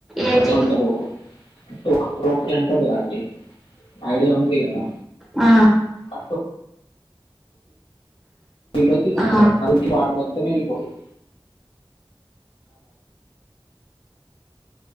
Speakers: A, in the centre; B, on the left.
A: ఏది
B: ఎంటలోడు టోక టోకరీ అంటారు కదాండి ఐడియా ఉంది కదా
A: ఆ
B: ఆ ఇల్లు తీసుకున్నాం
A: ఆ
B: అది ముఖ్య. తమిల్ పోయిల